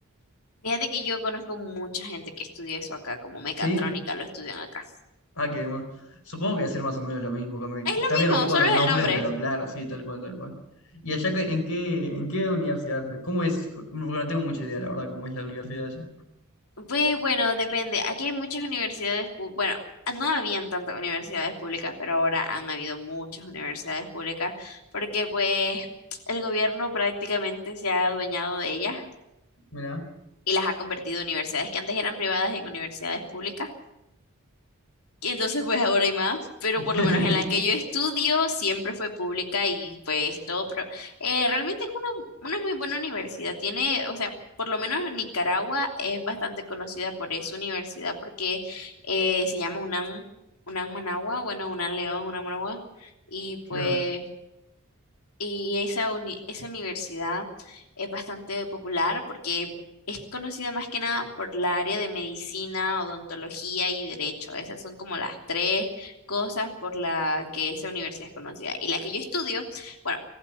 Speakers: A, on the left; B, on the left.
A: Fíjate que yo conozco mucha gente que estudia eso acá, como mecatrónica
B: ¿Sí?
A: lo estudian acá.
B: Ah, qué más Supongo que debe ser más o menos lo mismo. cambi-
A: Es lo
B: Cambian un
A: mismo,
B: poco
A: solo
B: los nombres,
A: es el nombre.
B: pero claro, sí, tal cual, tal cual. ¿Y allá qué en qué, en qué universidad? es? ¿Cómo es? Porque no tengo mucha idea, la verdad, cómo es la universidad allá.
A: Pues bueno, depende. Aquí hay muchas universidades, pu- bueno, ah, no habían tantas universidades públicas, pero ahora han habido muchas universidades públicas porque pues el gobierno prácticamente se ha adueñado de ellas
B: Mirá.
A: y las ha convertido en universidades que antes eran privadas en universidades públicas. Y Entonces, pues ahora hay más, pero
B: <laughs>
A: por lo menos en la que yo estudio siempre fue pública y pues todo, pero eh, realmente es una, una muy buena universidad. Tiene, o sea, por lo menos Nicaragua es bastante conocida por esa universidad porque eh, se llama UNAM, UNAM Managua, bueno, UNAM León, UNAM Managua, y
B: Claro,
A: pues y esa, uni- esa universidad es bastante popular porque es conocida más que nada por la área de medicina, odontología y derecho. Esas son como las tres cosas por la que esa universidad es conocida. Y la que yo estudio, bueno,